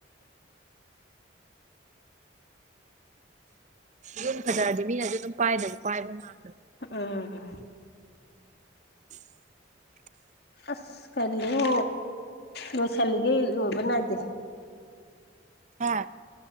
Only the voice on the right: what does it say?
ꯌꯨꯝ ꯐꯖꯔꯗꯤ ꯃꯤꯅꯁꯨ ꯑꯗꯨꯝ ꯄꯥꯏꯗꯕ ꯄꯥꯏꯕ ꯃꯜꯗ꯭ꯔꯣ
<unintelligible>
ꯍꯥꯥ